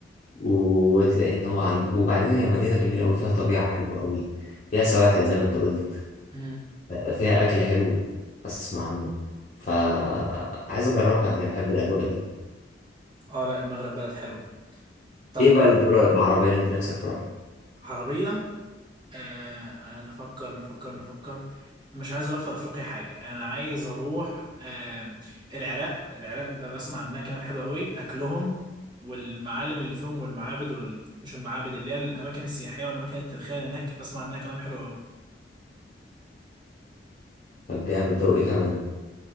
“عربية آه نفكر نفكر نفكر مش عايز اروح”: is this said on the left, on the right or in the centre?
Right